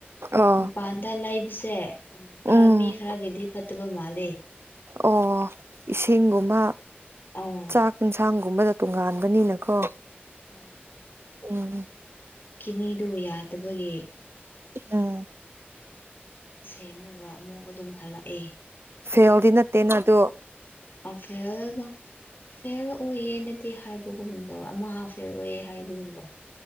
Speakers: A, on the right (about 85°); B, on the left (about 50°).
A: ꯑꯣ
B: ꯃꯄꯥꯟꯗ ꯂꯩꯕꯁꯦ ꯎꯝ ꯈꯔ
A: ꯎꯝ
B: ꯃꯤ ꯈꯔꯒꯤꯗꯤ ꯐꯠꯇꯕ ꯃꯥꯜꯂꯦ
A: ꯑꯣ ꯏꯁꯤꯡꯒꯨꯝꯕ
B: ꯑꯣ
A: ꯆꯥꯛ ꯏꯟꯁꯥꯡꯒꯨꯝꯕꯗ ꯇꯣꯉꯥꯟꯒꯅꯤꯅꯀꯣ
B: ꯍꯣꯏ
A: ꯎꯝ
B: ꯀꯤꯅꯤꯗꯨ ꯌꯥꯗꯕꯒꯤ
A: ꯎꯝ
B: ꯏꯁꯩ ꯑꯝꯃꯒ ꯑꯃꯨꯛ ꯑꯗꯨꯝ ꯍꯜꯂꯛꯑꯦ
A: ꯐꯦꯜꯗꯤ ꯅꯠꯇꯦꯅ ꯑꯗꯨ
B: ꯑ ꯐꯦꯜꯅ ꯐꯦꯜ ꯑꯣꯏꯌꯦꯅꯗꯤ ꯍꯥꯏꯕꯒꯨꯝ ꯇꯧꯋꯦ ꯑꯃ ꯐꯦꯜ ꯑꯣꯏꯌꯦ ꯍꯥꯏꯕꯒꯨꯝ ꯇꯧꯋꯦ